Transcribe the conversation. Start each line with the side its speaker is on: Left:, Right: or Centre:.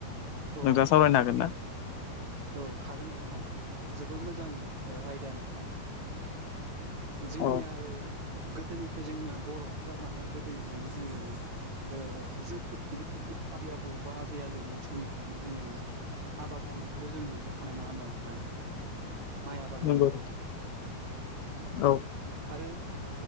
Right: औ
Left: नोंथाङा सावरायनो हागोन ना
Right: औ हागोन नोंथां हागोन जोबोर मोजां आयदा नोंथां जोंनिया
Left: औ
Right: गोदोनिफ्राय जोंनिया बर'फोरा माने गोदोनिफ्रायनो जोङो ओ जों आबै आबौ बा आजै आजौमोन समनिफ्रायनो जोङो आबाद मावनायखौथ' जों नुबो खानाय नङा होमबा नोंथां माइ आबाद मावनायखौ
Left: नंगौ औ
Right: आरो